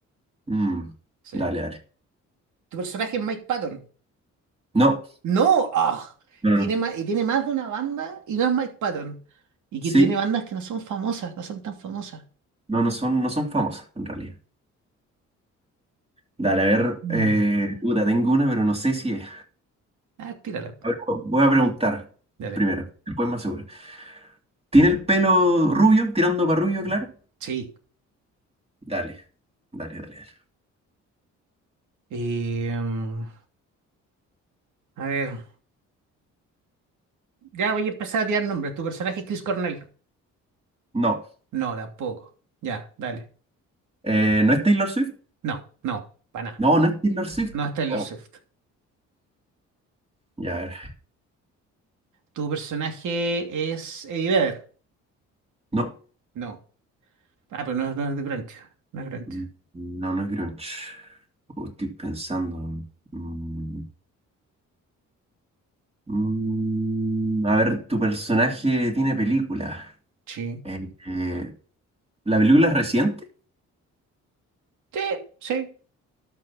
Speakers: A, on the right; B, on the right.
A: Mm,
B: Sí.
A: dale, dale.
B: ¿Tu personaje es Mike Patton?
A: No,
B: No. ¡Ah!
A: no, no.
B: Tiene
A: no.
B: más, y tiene más de una banda y no es Mike Patton. Y
A: Sí,
B: que tiene bandas que no son famosas, no son tan famosas.
A: no, no son, no son famosas en realidad. Dale, a ver,
B: Mm.
A: eh, puta, tengo una, pero no sé si es.
B: Ah, tírala. po.
A: A ver, voy a preguntar
B: Dale.
A: primero, después más seguro. ¿Tiene el pelo rubio, tirando para rubio, claro?
B: Sí.
A: Dale, dale, dale, dale.
B: Y, em, a ver, ya voy a empezar a tirar nombres. ¿Tu personaje es Chris Cornell?
A: No,
B: No, tampoco. Ya, dale.
A: Eh, ¿no es Taylor Swift?
B: No, no, para nada.
A: No, no es Taylor Swift.
B: No es Taylor
A: Oh,
B: Swift.
A: Ya, a ver.
B: ¿Tu personaje es Eddie Vedder?
A: No,
B: No. Ah, pero no, es no es de Grancho. No es Grancho.
A: mm, no, no es grunge. Oh, estoy pensando. Mm, mm, a ver, ¿tu personaje tiene película?
B: Sí.
A: Eh, eh, ¿la película es reciente?
B: Sí, sí.